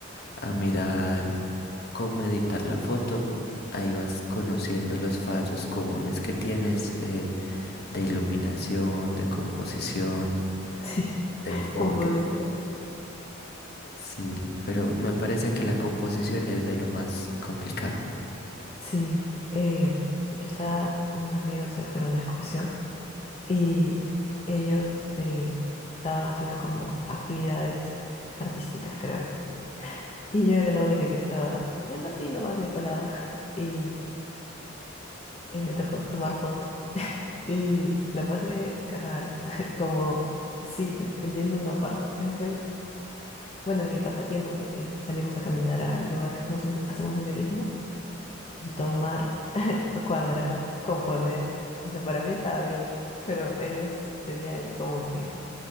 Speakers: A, on the left (about 50°); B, on the left (about 30°).
A: a mirar cómo editar la foto. Ahí vas conociendo los fallos comunes que tienes eh, de iluminación, de composición,
B: Sí,
A: de enfoque.
B: composición.
A: Sí, pero me parece que la composición es de lo más complicado.
B: Sí, eh, yo estaba, unos amigos se fueron de excursión. y ellos eh, estaban haciendo como actividades artísticas, creo. Y yo era la única que estaba viendo así nomás de colada <laughs> y eh, me tocó tomar foto. Y la pasé raro, <laughs> como sí, te- entiendo una parte. Eso fue, bueno, mi pasatiempo, ¿no? Que salimos a caminar a lugares como sen- hacemos senderismo y tomar, <laughs> cuadrar, componer. O sea, para mí estaba bien, pero ellos tenían como que